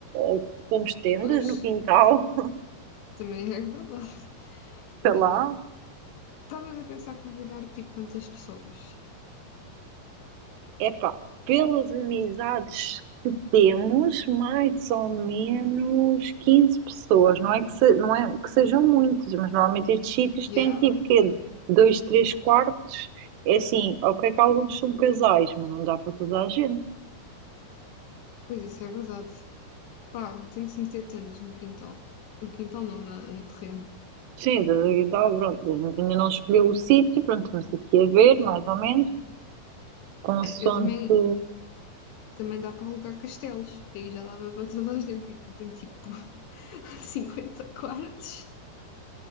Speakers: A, on the right; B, on the left.
A: ou pomos tendas
B: pois,
A: no quintal,
B: também é verdade.
A: <laughs>
B: Olha,
A: sei lá.
B: estavas a pensar convidar tipo quantas pessoas?
A: Epá, pelas amizades que temos, mais ou menos 15 pessoas. Não é que, se- não é que sejam muitas, mas normalmente estes sítios
B: Yeah,
A: têm tipo quê? Dois, três quartos. É assim, ok que alguns são casais, mas não dá para toda a gente.
B: pois isso é verdade. Pá, tem que se meter tendas no quintal. No quintal não, na- no terreno.
A: Sim, da Aguinaldo, pronto, a gente ainda não escolheu o sítio, pronto, estamos aqui a ver, mais ou menos, consoante.
B: Eu também, também dá para alugar castelos. Aí já dava para toda a gente, que aquilo tem tipo <laughs> 50 quartos.